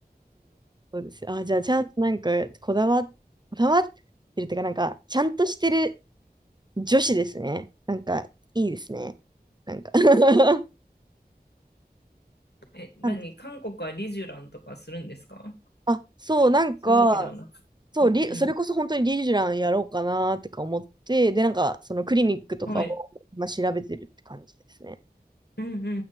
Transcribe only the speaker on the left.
え、何韓国はリジュランとかするんですか
そういうわけではなく。
うんう
ん。はい。
うんうんうん